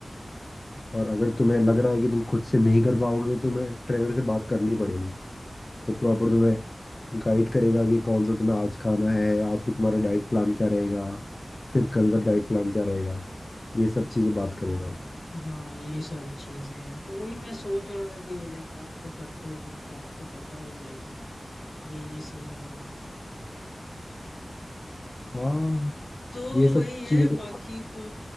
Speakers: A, on the left (about 40°); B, on the left (about 80°).
A: और अगर तुम्हें लग रहा है कि तुम खुद से नहीं कर पाओगे तो तुम्हें ट्रेनर से बात करनी पड़ेगी वो प्रॉपर तुम्हें गाइड करेगा कि कौन सा तुम्हें आज खाना है आज की तुम्हारा डाइट प्लान क्या रहेगा फिर कल का डाइट प्लान क्या रहेगा ये सब चीज़ें बात करेगा
B: हाँ
A: वो
B: हाँ ये सारी चीजें हैं तो वही मैं सोच रहा था कि लाइक आप तो करते हो जिम तो आपको पता होगा लाइक ये ये सीन होगा
A: हाँ
B: तो
A: ये सब
B: वही है
A: चीज़ें तो
B: बाकी तो